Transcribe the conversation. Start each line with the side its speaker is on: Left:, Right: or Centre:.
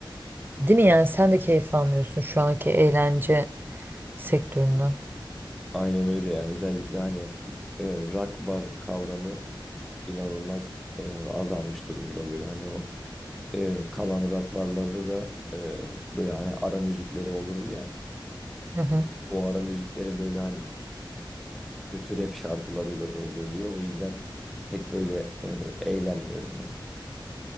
Right: Değil mi yani sen de keyif almıyorsun şu anki eğlence sektöründen.
Centre: Aynen öyle ya. Özellikle hani e, rock bar kavramı inanılmaz e, azalmış durumda böyle hani o e, kalan rock barlarda da e, böyle hani ara müzikleri olurdu ya
Right: Hı hı.
Centre: o ara müzikleri böyle hani kötü rap şarkılarıyla dolduruluyor o yüzden pek böyle e, eğlenmiyorum yani.